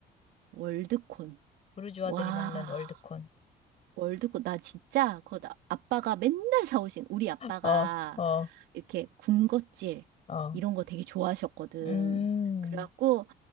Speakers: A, on the right; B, on the left.
A: 월드콘.
B: 부르주아들이
A: 와.
B: 먹는 월드콘
A: 월드컵, 나 진짜, 그거 나- 아빠가 맨날 사오신, 우리 아빠가
B: 어, 어,
A: 이렇게 군것질,
B: 어.
A: 이런 거 되게 좋아하셨거든.
B: 음,
A: 그래갖고